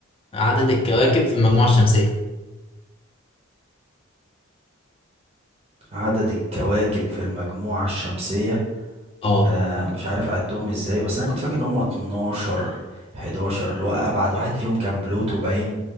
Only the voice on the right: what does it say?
عدد الكواكب في المجموعة الشمسية
آه مش عارف أعدهم ازاي بس أنا كنت فاكر إن هما 12 11 اللي هو أبعد واحد فيهم كان بلوتو باين